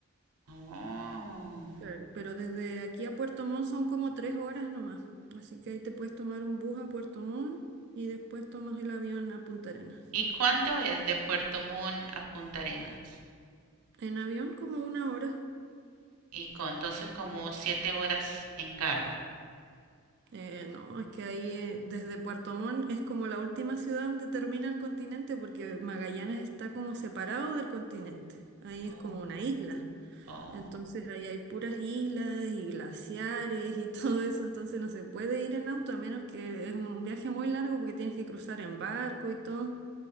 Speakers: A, on the right (about 85°); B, on the right (about 50°).
A: Oh.
B: Claro, pero desde aquí a Puerto Montt son como tres horas nomás. Así que ahí te puedes tomar un bus a Puerto Montt y después tomas el avión a Punta Arenas.
A: ¿Y cuánto es de Puerto Montt a Punta Arenas?
B: En avión como una hora.
A: Y con, entonces como siete horas en carro.
B: Eh, no, es que ahí eh, desde Puerto Montt es como la última ciudad donde termina el continente porque Magallanes está como separado del continente. Ahí
A: Oh.
B: es como una isla.
A: Oh.
B: Entonces ahí hay puras islas y glaciares y <laughs> todo eso. Entonces no se puede ir en auto a menos que es un viaje muy largo porque tienes que cruzar en barco y todo.